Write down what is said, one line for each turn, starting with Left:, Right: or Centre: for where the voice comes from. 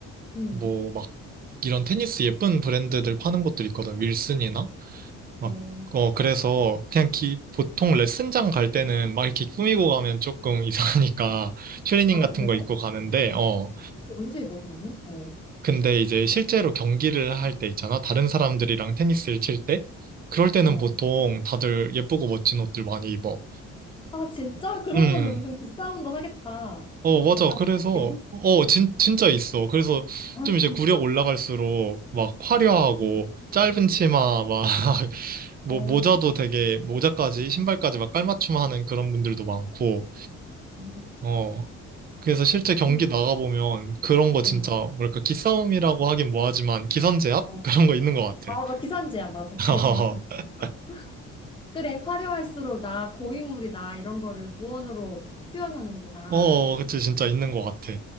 Left: 음.
Right: 뭐 막 이런 테니스 예쁜 브랜드들 파는 곳들 있거든. 윌슨이나 막
Left: 어.
Right: 어 그래서 그냥 기 보통 레슨장 갈 때는 막 이렇게 꾸미고 가면 조금 <laughs> 이상하니까 트레이닝
Left: 아,
Right: 같은
Left: 왜?
Right: 거 입고 가는데 어
Left: 언제 입어, 그러면? 어,
Right: 근데 이제 실제로 경기를 할 때 있잖아. 다른 사람들이랑 테니스를 칠 때 그럴 때는
Left: 어.
Right: 보통 다들 예쁘고 멋진 옷들 많이 입어.
Left: 아, 진짜? 그런
Right: 음.
Left: 걸로 은근 기싸움도 하겠다.
Right: 어, 맞아.
Left: 맞아.
Right: 그래서,
Left: <laughs>
Right: 어, 진, 진짜 있어. 그래서
Left: 아,
Right: 좀 이제
Left: 진짜?
Right: 구력 올라갈수록 막 화려하고 짧은 치마 막 뭐
Left: 어,
Right: 모자도 되게 모자까지 신발까지 막 깔맞춤하는 그런 분들도 많고
Left: 아,
Right: 어 그래서 실제 경기
Left: 음,
Right: 나가보면 그런 거 진짜
Left: 어,
Right: 뭐랄까 기싸움이라고 하긴 뭐하지만 기선제압
Left: 어.
Right: <laughs> 그런 거 있는 것 같아
Left: 아, 너 기선제야. 맞아.
Right: <laughs>
Left: 그게 정확한 말이다. 그래, 화려할수록 나 고인물이다. 이런 거를 무언으로 표현하는구나.
Right: 어 그치 진짜 있는 것 같아